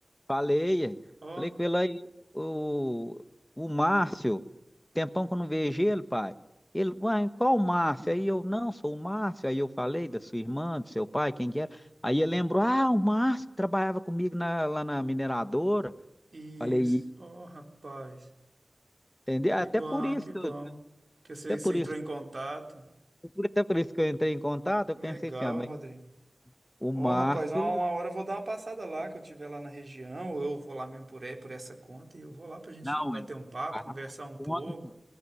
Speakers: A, on the left (about 20°); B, on the right (about 55°).
A: falei, aí.
B: Ó,
A: falei com ele aí, o, o Márcio, tempão que eu não vejo ele, pai. Ele, uai, qual o Márcio? Aí eu, não, sou o Márcio. Aí eu falei da sua irmã, do seu pai, quem que era. Aí ele lembrou, ah, o Márcio que trabalhava comigo na- lá na mineradora.
B: isso.
A: Falei
B: Ó, rapaz.
A: Entendeu?
B: Que
A: Até
B: bom,
A: por isso,
B: que
A: que
B: bom.
A: eu-
B: Que você,
A: até por
B: você entrou
A: isso,
B: em contato.
A: até por isso que eu entrei em contato, eu
B: Legal,
A: pensei assim, ó, mas
B: Rodrigo.
A: o
B: Ó,
A: Márcio,
B: rapaz, uma, uma hora eu vou dar uma passada lá, que eu estiver lá na região, ou eu vou lá mesmo por, e- por essa conta, e eu vou lá pra gente
A: não,
B: bater
A: hein?
B: um papo,
A: Vai
B: conversar
A: lá pra essa
B: um pouco,
A: conta.